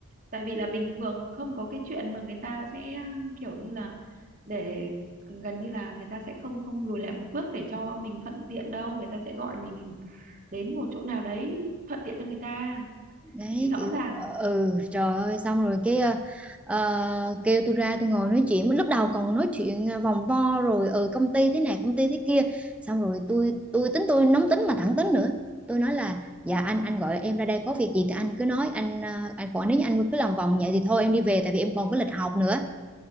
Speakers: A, on the right (about 35°); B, in the centre.
A: tại vì là bình thường không có cái chuyện mà người ta sẽ kiểu như là để gần như là người ta sẽ không không lùi lại một bước để cho mình thuận tiện đâu người ta sẽ gọi mình đến một chỗ nào đấy thuận tiện cho người ta
B: đấy
A: thì rõ
B: kiểu
A: ràng
B: ờ, ừ trời ơi xong rồi cái ờ, ờ, kêu tôi ra tôi ngồi nói chuyện lúc đầu còn nói chuyện ờ, vòng vo rồi ừ công ty thế này công ty thế kia xong rồi tôi tôi tính tôi nóng tính mà thẳng tính nữa tôi nói là dạ anh anh gọi em ra đây có việc gì thì anh cứ nói anh ờ, anh còn nếu như anh cứ lòng vòng vậy thì thôi em đi về tại vì em còn có lịch học nữa